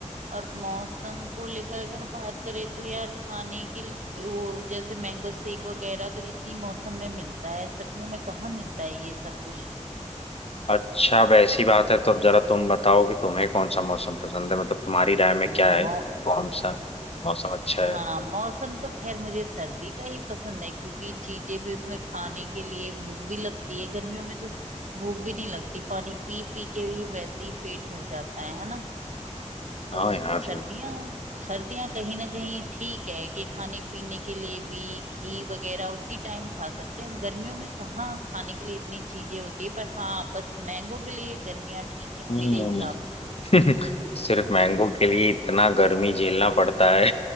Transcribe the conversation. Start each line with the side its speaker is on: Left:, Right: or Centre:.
Right: और मौसम को लेकर अगर बात करें तो यार खाने के लिए- वो जैसे मैंगो शेक वगैरह तो इसी मौसम में मिलता है सर्दियों में कहाँ मिलता है ये सब कुछ
Left: अच्छा अब ऐसी बात है तो अब जरा तुम बताओ कि तुम्हें कौन सा मौसम पसंद है मतलब तुम्हारी राय में
Right: नहीं
Left: क्या है
Right: मौ
Left: कौन सा मौसम अच्छा
Right: हाँ
Left: है
Right: मौसम तो खैर मुझे सर्दी का ही पसंद है क्योंकि चीजें भी उसमें खाने के लिए भूख भी लगती है गर्मियों में तो भूख भी नहीं लगती पानी पी पी के ही वैसे ही पेट भर जाता है है ना
Left: हाँ
Right: तो
Left: यार
Right: सर्दियां सर्दियां कहीं ना कहीं ठीक है कि खाने पीने के लिए भी घी वगैरह उसी टाइम खा सकते हैं गर्मियों में कहाँ खाने के लिए इतनी चीजें होती है पर हाँ बस मैंगो के लिए गर्मियां ठीक है
Left: हम्म
Right: मेरे हिसाब से
Left: <laughs> सिर्फ
Right: ना
Left: मैंगो के लिए इतना गर्मी झेलना पड़ता है